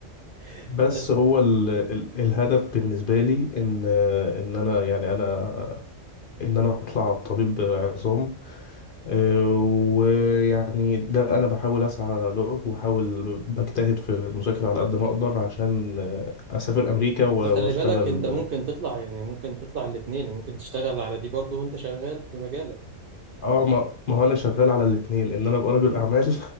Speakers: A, on the right (about 60°); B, on the left (about 55°).
A: <laughs>
B: بس
A: بس
B: هو ال ال الهدف بالنسبه لي ان ان انا يعني انا ان انا اطلع طبيب عظام آه، ويعني ده انا بحاول اسعى له واحاول بجتهد في المذاكره على قد ما اقدر عشان آه، اسافر امريكا و-
A: بس خلي
B: واشتغل
A: بالك انت ممكن تطلع يعني ممكن تطلع الاتنين يعني ممكن تشتغل على دي برضو وانت شغال في مجالك
B: اه ما ما هو انا شغال على الاثنين ان انا ابقى رجل
A: مم.
B: اعمال <laughs>